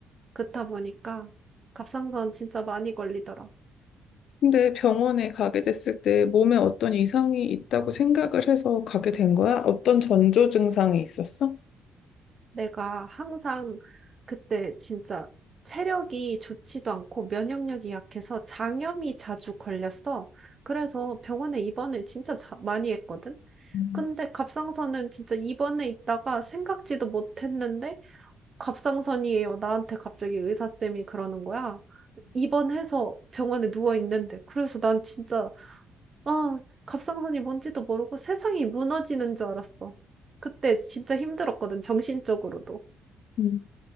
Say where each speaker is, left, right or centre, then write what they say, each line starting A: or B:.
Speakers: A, on the right; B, on the left.
A: 그렇다 보니까 갑상선 진짜 많이 걸리더라.
B: 근데 병원에 가게 됐을 때 몸에 어떤 이상이 있다고 생각을 해서 가게 된 거야? 어떤 전조 증상이 있었어?
A: 내가 항상 그때 진짜 체력이 좋지도 않고 면역력이 약해서 장염이 자주 걸렸어. 그래서 병원에 입원을 진짜 자- 많이 했거든.
B: 음,
A: 근데 갑상선은 진짜 입원해 있다가 생각지도 못했는데 갑상선이에요. 나한테 갑자기 의사쌤이 그러는 거야. 입원해서 병원에 누워 있는데. 그래서 난 진짜 아, 갑상선이 뭔지도 모르고 세상이 무너지는 줄 알았어. 그때 진짜 힘들었거든, 정신적으로도.
B: 음.